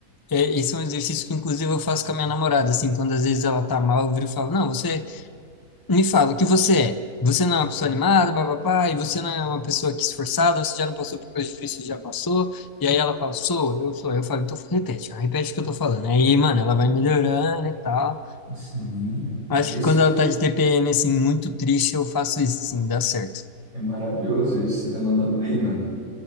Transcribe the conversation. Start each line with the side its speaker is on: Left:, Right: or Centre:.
Left: é, esse é um exercício que, inclusive, eu faço com a minha namorada. Assim, quando às vezes ela tá mal, eu viro e falo: Não, você. Me fala, o que você é? Você não é uma pessoa animada, papapá, e você não é uma pessoa que é esforçada, você já não passou por coisas difíceis, já passou. E aí ela fala, sou, eu sou. Eu falo, então repete, ó, repete o que eu tô falando. Aí, mano, ela
Right: Uhum.
Left: vai melhorando e tal.
Right: Sim,
Left: Acho
Right: é
Left: que
Right: isso
Left: quando
Right: mesmo.
Left: ela tá de TPM, assim, muito triste, eu faço isso, assim, dá certo.
Right: É maravilhoso isso. Você tá mandando bem, mano.